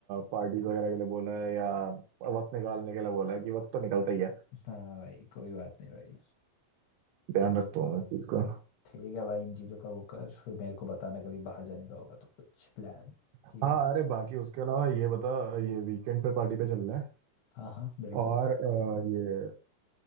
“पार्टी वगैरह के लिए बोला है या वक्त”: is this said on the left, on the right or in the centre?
Right